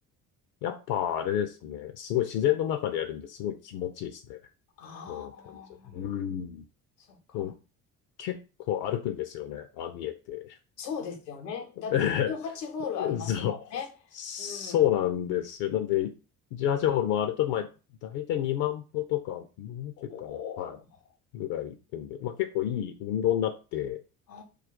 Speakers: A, on the left; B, on the left.
A: やっぱあれですね。すごい自然の中でやるんですごい気持ちいいですね。
B: ああー、
A: うん、単純に。うん。
B: そっか。
A: そう結構歩くんですよね。ああ見えて。
B: そうですよね。
A: <laughs>
B: だって、
A: ええそう。
B: 18ホールありますもんね。
A: そうなんですよ。
B: うん。
A: なんで、18ホール回ると、まあ、だいたい2万歩とか、もうちょいかな。
B: お
A: は
B: ー
A: い。ぐらい行くんで、まあ結構いい運動になって、
B: あ